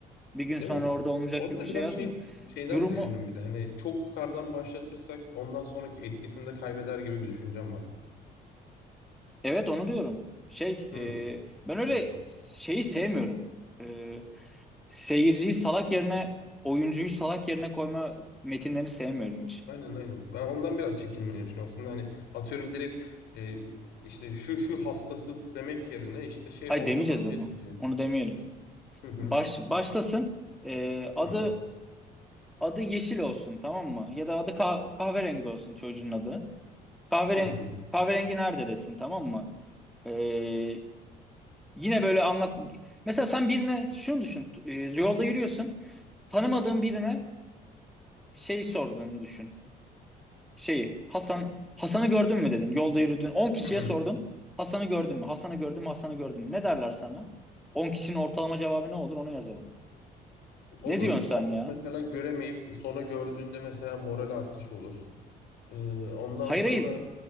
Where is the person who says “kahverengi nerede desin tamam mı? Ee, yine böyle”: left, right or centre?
Centre